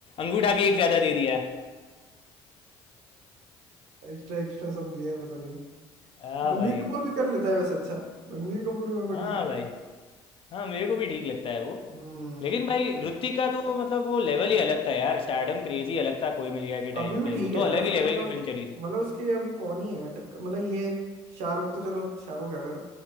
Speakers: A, on the left; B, on the right.
A: अंगूठा भी एक ज्यादा दे दिया
B: एक्स्ट्रा एक्स्ट्रा <laughs> सब दिया है पता नहीं
A: हाँ
B: रणबीर
A: <laughs> भाई
B: कपूर भी कर लेता है वैसे अच्छा रणबीर कपूर भी मेरे
A: हाँ
B: को ठीक लगता
A: भाई हाँ मेरे को भी ठीक लगता है वो
B: है
A: लेकिन भाई ऋतिक का तो मतलब वो लेवल ही अलग था यार
B: हम्म
A: स्टारडम क्रेजी अलग था कोई मिल गया के
B: अभी
A: टाइम
B: भी
A: पे
B: ठीक
A: वो
B: है
A: तो
B: यार
A: अलग
B: उसका
A: ही लेवल
B: मतलब
A: की फिल्म चली थी
B: मतलब उसके अभी कौन ही है टक्कर मतलब ये शाहरुख तो चलो शाहरुख है फिर